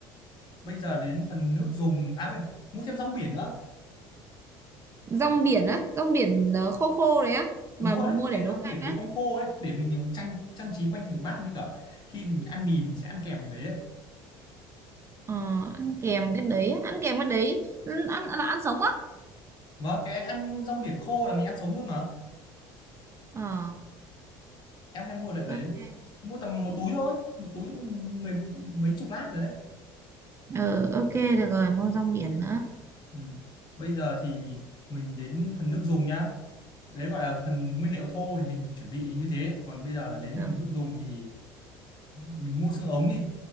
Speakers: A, on the left; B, on the right.
A: bây giờ đến phần nước dùng à quên mua thêm rong biển nữa
B: rong biển á rong biển ờ, khô khô đấy á
A: đúng
B: mà mua
A: rồi đấy cái
B: để nấu
A: rong
B: canh
A: biển
B: á
A: cái con khô đấy để mình nhiều trang trang trí quanh thành bát mới cả khi mình ăn mì mình sẽ ăn kèm cái đấy đấy
B: ờ, ăn kèm cái đấy á, ăn kèm cái đấy ăn ăn, là ăn sống á
A: vâng cái ăn rong biển khô là mình ăn sống luôn mà
B: ờ
A: em hay mua lại đấy
B: ok
A: mua tầm một túi thôi một túi mười mấy chục lát rồi đấy
B: ờ ok được rồi mua rong biển nữa
A: ừ. bây giờ thì mình đến phần nước dùng nhá đấy gọi là phần nguyên liệu thô thì mình chuẩn bị như thế còn bây giờ là đến
B: rồi
A: phần nước dùng thì mình mua xương ống đi